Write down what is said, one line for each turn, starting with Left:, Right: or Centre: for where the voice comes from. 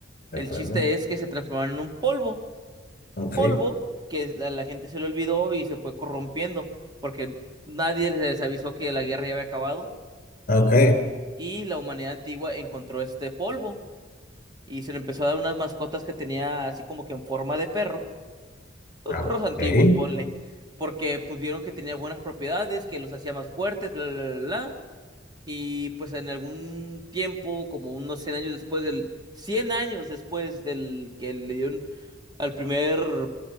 Left: ¿De
Right: El
Left: acuerdo?
Right: chiste es que se transformaron en un polvo
Left: Ok.
Right: polvo que a la gente se le olvidó y se fue corrompiendo, porque nadie les avisó que la guerra ya había acabado
Left: Ok.
Right: y la humanidad antigua encontró este polvo y se le empezó a dar unas mascotas que tenía así como que en forma de perro, los
Left: Ah,
Right: perros antiguos,
Left: Ok.
Right: ponle, porque pues vieron que tenía buenas propiedades, que los hacía más fuertes, bla, bla, bla, bla. Y pues en algún tiempo, como unos 100 años después del, 100 años después del que le dieron al primer